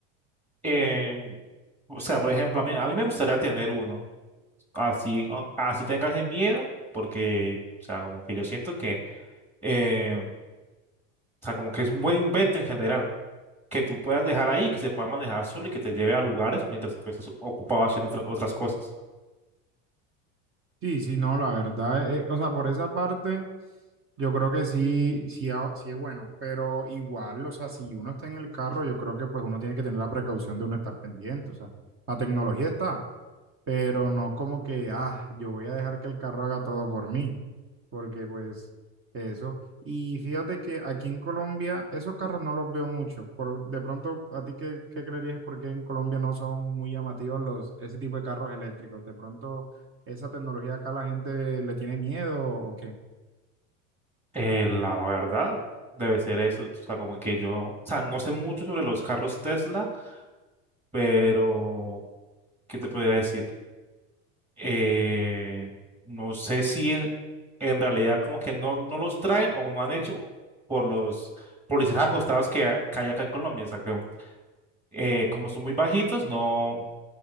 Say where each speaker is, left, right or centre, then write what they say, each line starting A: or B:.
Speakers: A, on the right (about 20°); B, on the right (about 35°).
A: Eh, o sea, por ejemplo, a mí, a mí me gustaría tener uno. Así, o- así tengas el miedo, porque, o sea, como que yo siento que, eh, o sea, como que es un buen invento en general, que tú puedas dejar ahí, que se pueda manejar solo y que te lleve a lugares mientras tú estés ocupado haciendo otra- otras cosas.
B: Sí, sí, no, la verdad, eh, o sea, por esa parte, yo creo que sí, sí, ha- sí es bueno, pero igual, o sea, si uno está en el carro, yo creo que pues uno tiene que tener la precaución de uno estar pendiente, o sea, la tecnología está, pero no como que, ah, yo voy a dejar que el carro haga todo por mí, porque pues eso. Y fíjate que aquí en Colombia esos carros no los veo mucho. Por, de pronto, ¿a ti qué, qué creerías por qué en Colombia no son muy llamativos los, ese tipo de carros eléctricos? De pronto, esa tecnología acá la gente le tiene miedo o qué?
A: Eh, la verdad, debe ser eso. O sea, como que yo, o sea, no sé mucho sobre los carros Tesla, pero, ¿qué te podría decir? eh, no sé si en, en realidad como que no, no los traen o no han hecho por los policías acostados que, que hay acá en Colombia. O sea, que eh, como son muy bajitos, no,